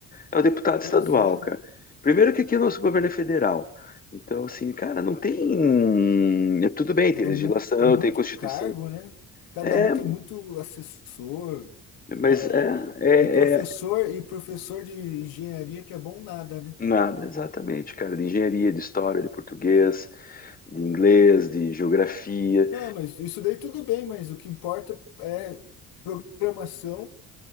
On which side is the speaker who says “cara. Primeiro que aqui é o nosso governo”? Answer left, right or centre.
Left